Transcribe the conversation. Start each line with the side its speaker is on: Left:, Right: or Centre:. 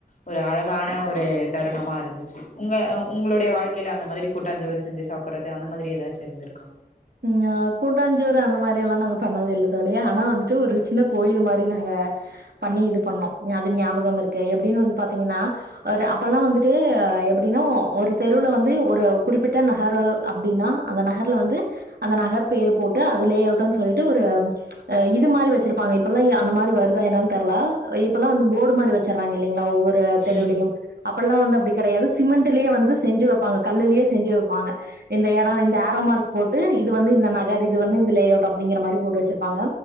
Left: ஒரு அழகான ஒரு தருணமா இருந்துச்சி உங்க அ உங்களோடைய வாழ்க்கைல அந்த மாதிரி கூட்டாஞ்சோறு செஞ்சு சாப்புட்றது அந்த மாதிரி எதாச் சி இருந்துருக்கா
Right: ம் அ கூட்டாஞ்சோறு அந்த மாரியெல்லா நாங்க பண்ணதே இல்ல த் தோழி ஆனா வந்துட்டு ஒரு சின்ன கோயில் மார் ரி நாங்க பண்ணி இது பண்ணோ ஞா அது ஞாபகம் இருக்கு எப்புடின்னு வந்து பாத்தீங்கன்னா ஒரு அப்பல்லா வந்துட்டு எப்புடின்னோ ஒரு தெருவுல வந்து ஒரு குறிப்பிட்ட நகரு அப்புடின்னா அந்த நகர்ல வந்து அந்த நகர் பேரு போட்டு அதுலே யூட்டன் சொல்ட்டு ஒரு இது மாரி வெச்சிருப்பாங்க இப்பல்லா இ அந்த மாரி வருதா என்னன் தெர்ல அ இப்பல்லா வந்து போர்டு மாரி வெச்சிர்றாங்க இல்லிங்ளா ஒவ்வொரு ர தெருவுலயும்
Left: ம்
Right: அப் ப்பல்லா வந்து அப்டி கெடையாது சிமெண்ட்டுலே வந்து செஞ்சு வப்பாங்க கல்லுலயே செஞ்சு வப்பாங்க இந்த எடோ இந்த ஆரோமார்க் போட் டு இது வந்து இந்த நகர் இது வந்து இந்த லேஅவுட் அப்புடிங்கிற மாரி போட்டு வெச்சிருப்பாங்க